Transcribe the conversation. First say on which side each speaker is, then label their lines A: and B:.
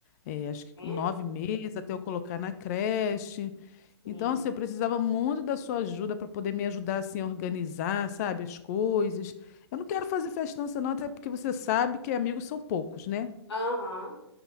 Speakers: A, on the left; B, on the left.
A: eh, acho que
B: É,
A: com nove meses até eu colocar na creche.
B: sim.
A: Então, assim, eu precisava muito da sua ajuda para poder me ajudar assim a organizar, sabe, as coisas. Eu não quero fazer festança, não, até porque você sabe que amigos são poucos, né?
B: Aham.